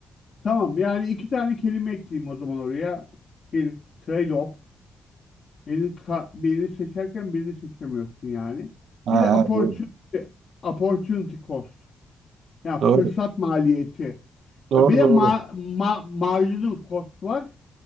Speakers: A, on the left (about 45°); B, on the right (about 75°).
A: Tamam yani iki tane kelime ekleyeyim o zaman oraya. Bir trade-off. Birini, ka- birini seçerken birini seçemiyorsun yani.
B: Ha,
A: Bir de opportunity,
B: ha, doğru.
A: opportunity cost. Ya fırsat
B: Doğru.
A: maliyeti.
B: Doğru
A: Ya bir de
B: doğru.
A: ma ma marginal cost var.